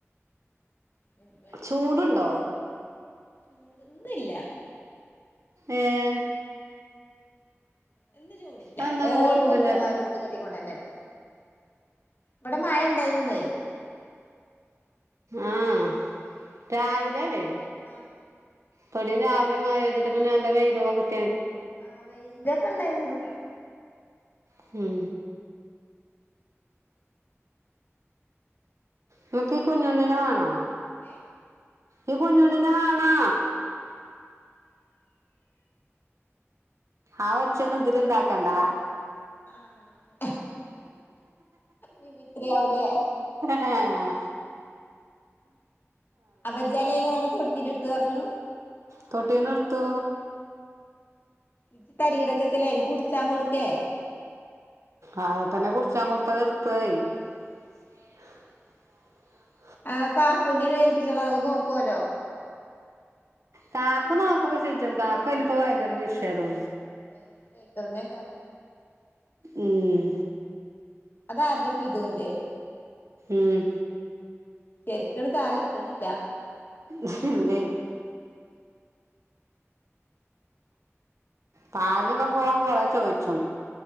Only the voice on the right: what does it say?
ചൂടുണ്ടോ
ആഏ
അതെന്താ ഇങ്ങക്ക് ചൂടില്ലാത്തെ
ആഹ രാവിലെല്ലേ
പൊടിയ രാവിലെ മഴഴ്തിട്ട് പിന്നെ നല്ല വെയിലൊക്കെ കി
ഹം നമക്ക് ഈ കുഞ്ഞുണ്ണിനെ വേണോ
ഈ കുഞ്ഞുണ്ണിനെ വേണോ ആച്ചന്നും ഇതിലിണ്ടാക്കണ്ടാ
ആഹ
തോട്ടേനർത്ത
അത് തന്നെ കുടിച്ചാൻ കൊടുത്തത എടുത്തായി <unintelligible>
കാക്കുന്നോക്കക്ക ചിച്ച കാക്കന പോ എങ്കര ബിസ്യാനെ
ഉം
ഉം
ഇതില്ലേ പാലിനൊക്കെ പോവാൻ കൊറേ ചോയിച്ചു